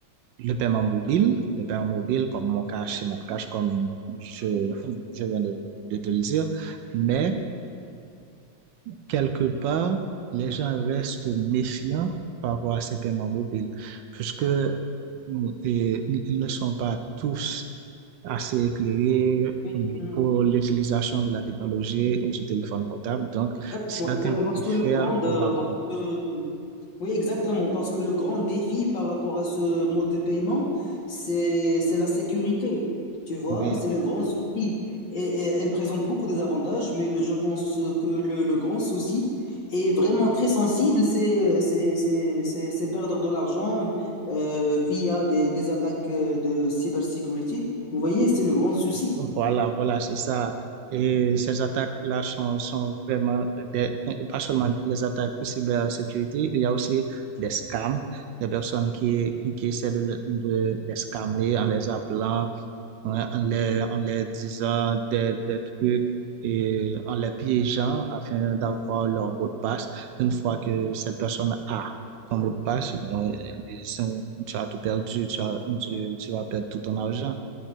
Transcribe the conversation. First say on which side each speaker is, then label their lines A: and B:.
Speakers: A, on the right; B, on the left.
A: le paiement mobile, le paiement mobile comme mon cash et notre cash, comme je, je viens de, de te le dire. Mais quelque part, les gens restent méfiants par rapport à ces paiements mobiles, puisque mm, et ils ils ne sont pas tous assez éclairé
B: Oui,
A: euh,
B: hum,
A: pour l'utilisation de la technologie et du téléphone portable. Donc,
B: exactement,
A: certains
B: exactement.
A: préfèrent
B: Parce que le grand, euh,
A: l'argent.
B: parce que Oui, exactement, parce que le grand défi par rapport à ce mode de paiement, c'est c'est la sécurité. Tu vois,
A: Oui,
B: c'est le grand souci. Et, et elle présente beaucoup des avantages, mais le- je pense que le, le grand souci est vraiment très sensible, c'est c'est- c'est- c'est- c'est perdre de l'argent euh, via des, des attaques euh, de cybersécurité. Vous voyez, c'est le grand souci.
A: voilà, voilà, c'est ça. Et ces attaques-là sont, sont vraiment des, pas seulement les attaques de cybersécurité, il y a aussi des scams, des personnes qui, qui essaient de, le- de les scammer en les appelant Ouais, en les, en les disant des, des trucs et en les piégeant afin d'avoir leur mot de passe. Une fois que cette personne a son mot de passe, bon, et c'est- tu as tout perdu, tu as, tu, tu vas perdre tout ton argent.